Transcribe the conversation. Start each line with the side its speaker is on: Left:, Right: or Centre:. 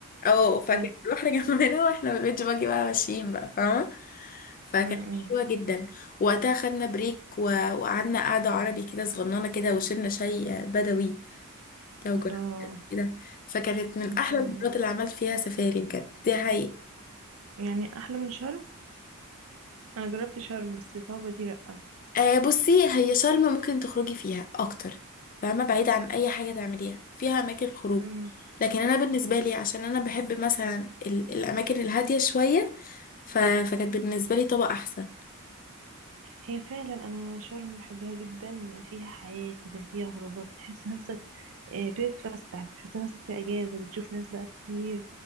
Left: اه فكان
Right: حلو
Left: البحر <laughs> جنبنا واحنا بالبيت باجي بقى ماشيين بقى فاهمه فكانت
Right: امم
Left: حلوه جدا وقتها خدنا بريك و... وقعدنا قعده عربي كده صغننه كده وشربنا شاي بدوي لو
Right: الله
Left: جربت كده فكانت من
Right: ما
Left: احلى
Right: شاء
Left: المرات
Right: الله
Left: اللي عملت فيها سفاري بجد دي حقيقة
Right: يعني احلى من شرم انا جربت شرم بس طابة دي لأ
Left: آه بصي هي شرم ممكن تخرجي فيها اكتر فاهمه بعيد عن اي حاجه تعمليها فيها اماكن خروج
Right: امم
Left: لكن انا بالنسبه لي عشان انا بحب مثلا ال- الاماكن الهاديه شويه ف... فكانت بالنسبه لي طبق احسن
Right: هي فعلا انا شرم بحبها جدا فيها حياة كده فيها خروجات تحس نفسك آه، بتتفسح بتحس نفسك في اجازة بتشوف ناس بقى كتير